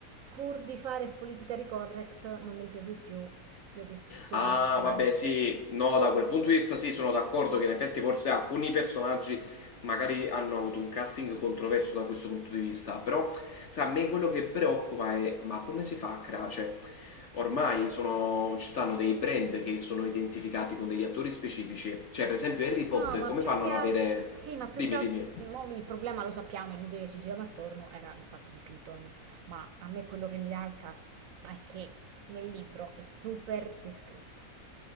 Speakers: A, on the right; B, on the left.
A: pur di fare politically correct non mi segui più le descrizioni
B: ah
A: dei personaggi.
B: vabbè sì, no, da quel punto di vista sì, sono d'accordo che in effetti forse alcuni personaggi magari hanno avuto un casting controverso da questo punto di vista, però sai, a me quello che preoccupa è ma come si fa a creare, cioè ormai sono- ci stanno dei brand che sono identificati con degli attori specifici, cioè per esempio Harry Potter,
A: No, ma
B: come
A: più
B: fanno
A: che
B: a non
A: al-
B: avere...
A: sì, ma più
B: Dimmi,
A: che altro
B: dimmi.
A: il problema lo sappiamo, è inutile che ci giriamo attorno, era il fatto di Piton, ma a me quello che mi dà il caso è che nel libro è super descritto.